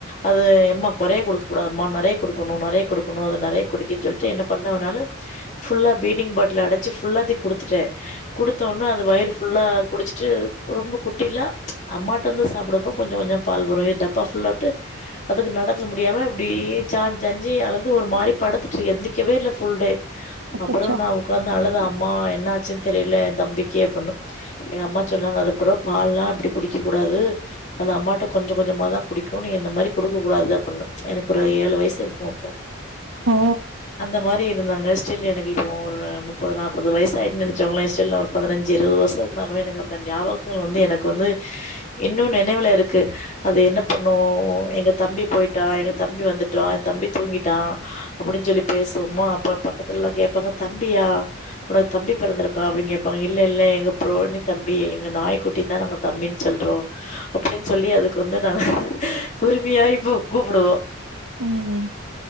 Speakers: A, on the left (about 35°); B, on the right (about 65°).
A: அது எம்மா கொறைய குடுக்க கூடாதம்மா நெறைய குடுக்குணு நெறைய குடுக்குணு அது நெறைய குடிக்க சொல்ட்டு என்ன பண்ணவனால ஃபுல்லா பீடீங் பாட்டில்ல அடச்சு ஃபுல்லாத்தையு குடுத்துட்ட குடுத்தோன அது வயிறு ஃபுல்லா குடிச்சிட்டு ரொம்ப குட்டில்லா அம்மாட்ட வந்து சாப்புடப்போ கொஞ்சோ கொஞ்சோ பால் வரு டப்பா ஃபுல்லாட்டு அதுக்கு நடக்க முடியாம இப்படி சாஞ்சு சாஞ்சு அழுது ஒரு மாரி படுத்துட்டு எந்திக் க்கவே இல்ல ஃபுல் டே
B: அச்சச்சோ
A: அப்றோ நா ஒக்காந்து அழுத அம்மா என்னாச்சுன் தெரியல எ தம்பிக்கி அப்புட்ணு எங்க அம்மா சொன்னாங்க அதுப்றோ பால்லா இப்டி குடிக்கக் கூடாது அது அம்மாட்ட கொஞ்ச கொஞ்சமாதா குடிக்கு நீ இந்த மாரி குடுக்கக் கூடாது அப்டின்னு எனக்கு ஒரு ஏழு வயசு இருக்கு அப்போ
B: ஆ
A: அந்த மாரி இருந்தாங்க ஸ்டில் எனக்கு இப்போ ஒரு முப்பது நாப்பது வயசு ஆயிட்டுன் நெனைச்சோங்களே ஸ்டில் ஒரு பதினஞ்சு இருவது வர்ஷ இருந்தாலு எனக்கு அந்த ஞாபக வந்து எனக்கு வந்து இன்னு நெனைவுல இருக்கு அது என்ன பண்ணு எங்க தம்பி போயிட்டா எங்க தம்பி வந்துட்டா எ தம்பி தூங்கிட்டா அப்டின் சொல்லி பேசுவோமா அப்ப பக்கத்துலலா கேப்பாங்க தம்பியா உனக்கு தம்பி பெறந்திருக் கா அப்டின் கேப்பாங்க இல்ல இல்ல எங்க ப்ரௌனி தம்பி எங்க நாய்க்குட்டிய தா நாங்க தம்பின் சொல்றோ அப்டின் சொல்லி அதுக்கு வந்து நாங்க உரிமையா இப்ப கூப்புடுவோ
B: ம்